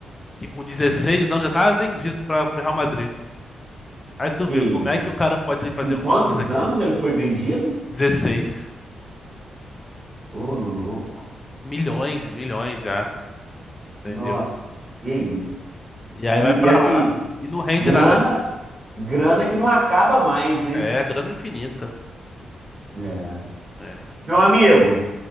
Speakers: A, on the left (about 25°); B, on the right (about 30°).
A: Que com 16 anos já tava vendido para o Real Madrid. Aí tu
B: Que
A: vê
B: isso.
A: como é que o cara pode fazer
B: Com
A: alguma
B: quantos
A: coisa aqui.
B: anos ele foi vendido?
A: Dezesseis
B: Ô, louco.
A: milhões, milhões já, entendeu?
B: Nossa, que isso.
A: E aí
B: E,
A: vai pra
B: e, assim,
A: lá e não rende
B: grana,
A: nada aqui.
B: grana que não acaba mais, né?
A: É grana infinita.
B: É.
A: É.
B: Meu amigo,